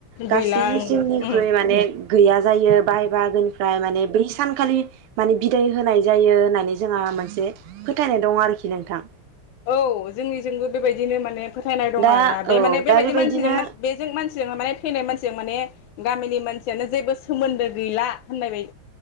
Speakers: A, on the right; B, on the left.
A: गासै
B: गैला
A: जिउनिख्रुइ
B: उम
A: माने गैया जायो बाहाय बाहागोनिफ्राय माने बै सानखालि माने बिदाय होनाय जायो होननानै जोंहा मोनसे फोथायनाय दं आरोखि नोंथां।
B: औ जोंनिजोंबो बेबायदिनो माने खो फोथायनाय दं
A: दा
B: आरोना बे
A: औ
B: माने बेबायदि
A: दा बेबायदिनो
B: मानसिजों <unintelligible> माने थैनाय मानसिजों माने गामिनि मानसियानो जेबो सोमोन्दो गैला होननाय बाय